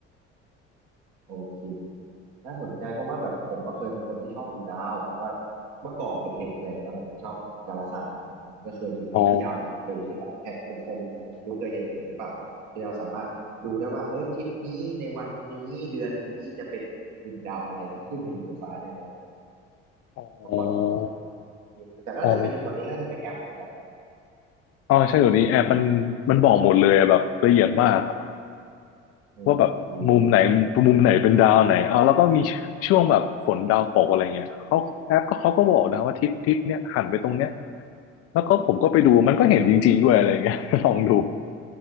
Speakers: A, on the right (about 55°); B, on the left (about 40°).
A: โอเคครับน่าสนใจเพราะว่าแบบผมอะเคยเป็นคนที่ชอบดูดาวแบบว่าเมื่อก่อนเด็กๆอะไรเงี้ยผมชอบดาราศาสตร์อ่าก็เคยมีแผนที่ดาวของตัวเองที่มันเป็นแผ่นกลมๆผมไม่รู้เคยเห็นหรือเปล่าที่เราสามารถดูได้ว่าเอ้ยทิศนี้ในวันนี้เดือนนี้จะเป็นกลุ่มดาวอะไรที่ขึ้นมาอยู่บนฟ้าในเวลา
B: อ๋ออ๋อ
A: เมื่อก่อนเคยทำอยู่แต่ก็น่าจะเป็นตอนนี้ก็น่าจะเป็นแอปหมดแหละ
B: อ๋ออ๋อใช่เดี๋ยวนี้แอปมัน
A: อ่า
B: มันบอกหมดเลยอะแบบละเอียดมากอะ
A: เออดีละดีละ
B: ว่าแบบมุมไหนมุมไหนเป็นดาวไหนอ๋อแล้วก็มีช่วงแบบฝนดาวตกอะไรเงี้ยเขาแอปก็เขาก็บอกนะว่าทิศทิศเนี้ยหันไปตรงเนี้ยแล้วก็ผมก็ไปดูมันก็เห็นจริงๆด้วยอะไรเงี้ย
A: อืม
B: <laughs> ลองดู